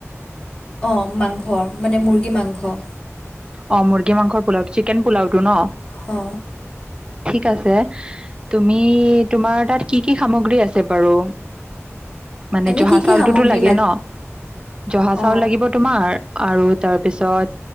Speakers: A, on the left; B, on the right.
A: অ মাংস মানে মুৰ্গী মাংস।
B: অ মুৰ্গী মাংস পোওটো চিকেন পোলাওটো ন?
A: অ।
B: ঠিক আছে, তুমি তোমাৰ তাত কি কি সামগ্ৰী আছে বাৰু, মানে
A: এনে
B: জহা
A: কি কি
B: চাউলটোতো
A: সামগ্ৰী
B: লাগে ন, জহা
A: অ
B: চাউল লাগিব তোমাৰ আৰু তাৰপিছত